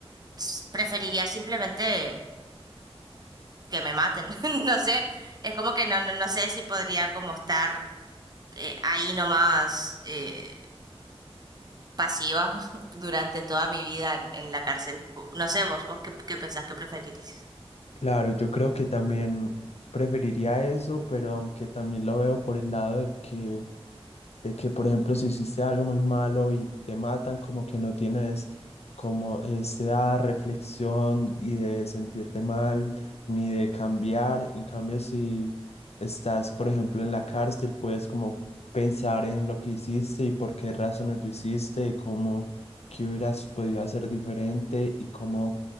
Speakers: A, on the right; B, on the left.
A: s- preferiría simplemente que me maten. <laughs> No sé, es como que no, no, no sé si podría como estar eh, ahí nomás eh, pasiva <laughs> durante toda mi vida en, en la cárcel. No sé vos, vos qué, qué pensás que preferirís.
B: Claro, yo creo que también preferiría eso, pero aunque también lo veo por el lado de que, de que, por ejemplo, si hiciste algo muy malo y te matan, como que no tienes como esa reflexión y de sentirte mal, ni de cambiar. En cambio, si estás, por ejemplo, en la cárcel, puedes como pensar en lo que hiciste y por qué razones lo hiciste y cómo, qué hubieras podido hacer diferente y cómo